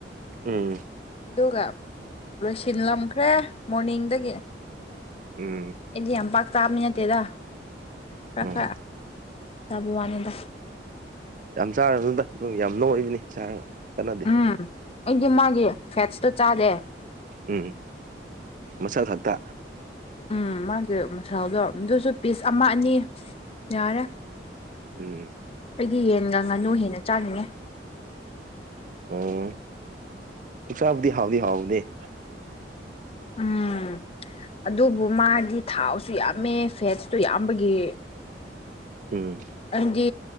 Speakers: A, on the right; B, on the left.
A: ꯎꯝ
B: ꯑꯗꯨꯒ ꯂꯣꯏꯁꯤꯜꯂꯝꯈ꯭ꯔꯦ ꯃꯣꯔꯅꯤꯡꯗꯒꯤ
A: ꯎꯝ
B: ꯑꯩꯗꯤ ꯌꯥꯝ ꯄꯥꯛ ꯆꯥꯕꯃꯤ ꯅꯠꯇꯦꯗ ꯈꯔ
A: ꯎꯝ
B: ꯈꯔ ꯇꯥꯕ ꯋꯥꯅꯤꯗ
A: ꯌꯥꯝ ꯆꯥꯔꯅꯨꯗ ꯑꯗꯨ ꯌꯥꯝ ꯅꯣꯏꯕꯅꯤ ꯆꯥꯔ ꯀꯟꯅ
B: ꯎꯝ ꯑꯩꯒꯤ ꯃꯥꯒꯤ ꯐꯦꯠꯁꯇꯣ ꯆꯥꯗꯦ
A: ꯎꯝ ꯃꯁꯟ ꯈꯛꯇ
B: ꯎꯝ ꯃꯥꯒꯤ ꯃꯁꯥꯗꯣ ꯑꯗꯨꯁꯨ ꯄꯤꯁ ꯑꯃ ꯑꯅꯤ ꯌꯥꯔꯦ
A: ꯎꯝ
B: ꯑꯩꯗꯤ ꯌꯦꯟꯒꯥ ꯉꯥꯅꯨ ꯍꯦꯟꯅ ꯆꯥꯅꯤꯡꯉꯦ
A: ꯎꯝ ꯎꯁꯥꯕꯨꯗꯤ ꯍꯥꯎꯗꯤ ꯍꯥꯎꯗꯦ
B: ꯎꯝ ꯑꯗꯨꯕꯨ ꯃꯥꯗꯤ ꯊꯥꯎꯁꯨ ꯌꯥꯝꯃꯦ ꯐꯦꯠꯁꯨ ꯌꯥꯝꯕꯒꯤ
A: ꯎꯝ
B: ꯑꯗꯨꯗꯤ